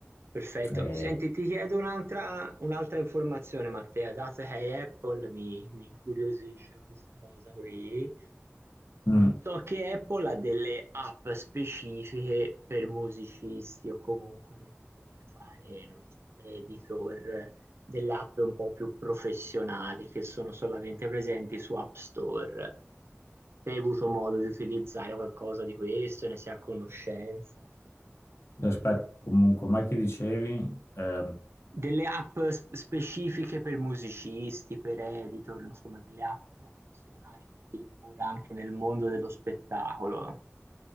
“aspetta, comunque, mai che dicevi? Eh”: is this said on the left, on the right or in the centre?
Left